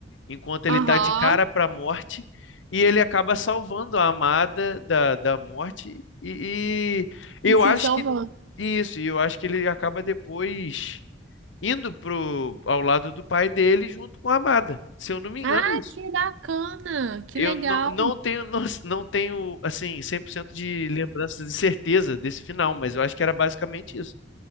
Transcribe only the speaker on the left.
enquanto ele
está de cara para a morte e ele acaba salvando a amada da, da morte e, e
eu
acho
que isso, e eu acho que ele acaba depois indo pro, ao lado do pai dele junto com a amada. Se eu não me engano,
é isso.
Eu
não, não tenho, <laughs> no- não, tenho, assim, 100% de lembranças de certeza desse final, mas eu acho que era basicamente isso.